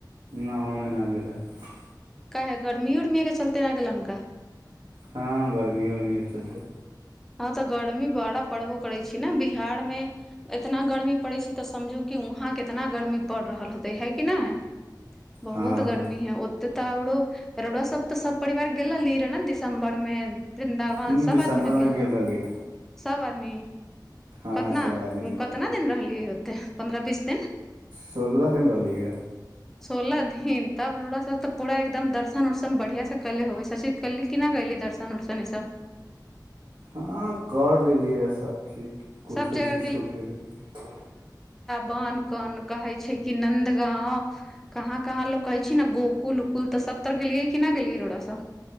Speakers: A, on the right (about 90°); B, in the centre.
A: न ओमे नहि गेलर
B: क है गरमी उरमीग चलते नहि गेललननका
A: हँ गर्मी उर्मीे चलतै
B: हँ तऽ गर्मी बड़ा पड़बो करैत छी ने बिहारमे इतना गर्मी पड़ैत छै तऽ समझू कि वहाँ केतना गर्मी पड़ि रहल होते हइ कि नहि बहुत
A: हँ
B: गर्मी है ओ त तऽ आो रो सब तऽ सब परिवार गेली रह ने दिसम्बर मे बृन्दावन
A: ह
B: सब
A: दिसम्बरमे
B: आदमी ने गेलै
A: गेल रहली रह
B: सब आदमी
A: हँ
B: कतना
A: सभ आदमी गेल
B: कतना दिन रहलै होतै पन्द्रह बीस दिन
A: सोलह दिन रली जेा
B: सोलह दिन तब रोरास सभ तऽ पूरा एकदम दर्शन उर्शन बढ़िआँसँ कले होै सबचीज कली केना कली दर्शन उर्शन ईसभ
A: हँ कर लेलियै रहए सभचीज किछो
B: सब जगह
A: चीज छूटि गेलै रहए
B: बन कन कहै छै कि नन्दगाँंव कहाँ कहाँ लोकोग कहै छै ने गकुल उकुल तऽ सबतर गेलियै कि नहि गेलियै रोडसँ